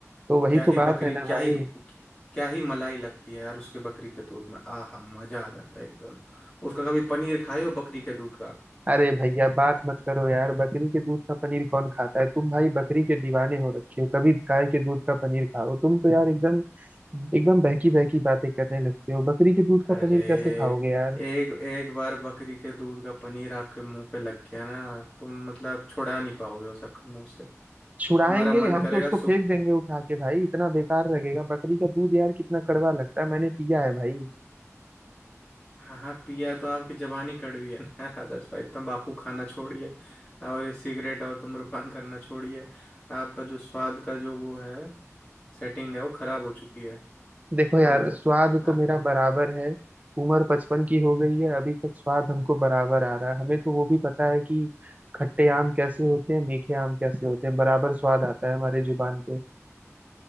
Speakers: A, on the right; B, on the left.
A: तो वही
B: क्या ही
A: तो बात
B: बकरी
A: है ना
B: क्या
A: भाई
B: ही क्या ही मलाई लगती है यार उसके बकरी के दूध में आहा मजा आ जाता है एकदम उसका कभी पनीर खाए हो बकरी के दूध का
A: अरे भैया बात मत करो यार बकरी के दूध का पनीर कौन खाता है तुम भाई बकरी के दीवाने हो रखे हो कभी गाय के दूध का पनीर खाओ तुम तो यार एकदम एकदम बहकी बहकी बातें करने लगते हो बकरी के दूध का
B: अरे
A: पनीर कैसे खाओगे यार
B: एक एक बार बकरी के दूध का पनीर आपके मुंह पे लग गया ना तुम मतलब छुड़ा नहीं पाओगे उसे अपने मुंह से
A: छुड़ाएंगे
B: तुम्हारा मन
A: हम
B: करेगा
A: तो उसको फेंक देंगे उठा के भाई इतना बेकार लगेगा बकरी का दूध यार कितना कड़वा लगता है मैंने पिया है भाई
B: हाँ हाँ पिया तो आपकी जबानी कड़वी है ना यार आदर्श भाई तंबाकू खाना छोड़िए और ये सिगरेट और धूम्रपान करना छोड़िए आपका जो स्वाद का जो वो है सेटिंग है वो खराब हो चुकी है
A: देखो
B: तो
A: यार स्वाद
B: आ,
A: तो मेरा बराबर है उम्र बचपन की हो गई है अभी तक स्वाद हमको बराबर आ रहा है हमें तो वो भी पता है कि खट्टे आम कैसे होते हैं मीठे आम कैसे होते हैं बराबर स्वाद आता है हमारे जुबान पे